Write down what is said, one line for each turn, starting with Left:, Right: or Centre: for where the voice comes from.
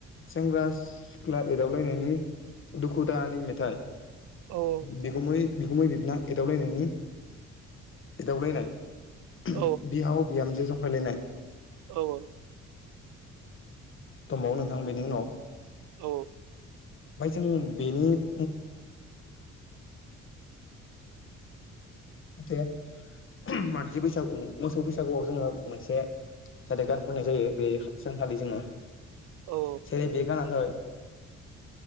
Left: सेंग्रा सिख्ला एदावलायनायनि दुखु दाहानि मेथाइ
Right: औ
Left: बिगुमै बिगुमै बिबोनां एदावलायनायनि एदावलायनाय
Right: औ
Left: बिहाव बिहामजो जंखायलायनाय
Right: औ औ
Left: दंबावो नोंथां बेनि उनाव
Right: औ
Left: ओमफय जों बेनि <unintelligible> <unintelligible> <unintelligible> मानसि बैसागु मोसौ बैसागुआव जोङो मोनसे जाहाथे गान खननाय जायो बे सानखाालि जोङो
Right: औ
Left: जेरै बे गानानो जाबाय